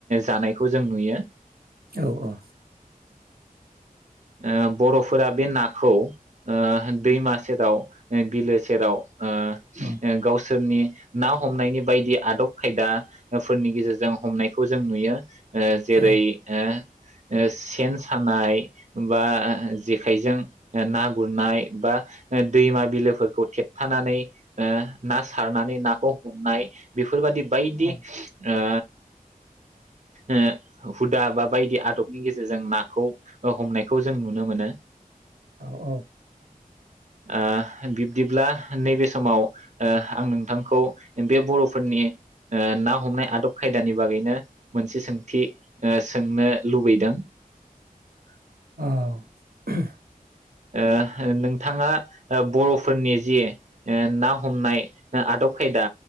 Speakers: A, on the right (about 50°); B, on the right (about 80°).
A: जानायखौ जों नुयो
B: औ औ
A: ओ बर'फोरा बे नाखौ ओ दैमा सेराव बिलो सेराव आ
B: उम
A: गाव सोरनि ना हमनायनि बायदि आदब खायदाफोरनि गेजेरजों हमनायखौ जों नुयो ओ जिरै
B: औ
A: ओ ओ सेन सानाय बा जेखाइजों ना गुरनाय बा दैमा बेफोरखौ थेबथानानै ओ ना सारनानै नाखौ हमनाय बे फोरबादि बायदि
B: औ
A: ओ ओ हुदा बा बायदि आदबनि गेजेरजों नाखौ अ हमनायखौ जों नुनो मोनो
B: औ औ
A: ओ बिब्दिब्ला नैबे समाव ओ आं नोंथांखौ बे बर'फोरनि ओ ना हमनाय आदब खायदानि बागैनो मोनसे सोंथि ओ सोंनो लुबैदों
B: औ
A: ओ नोंथाङा ओ बर'फोरनि जि ओ ना हमनाय आदब खायदा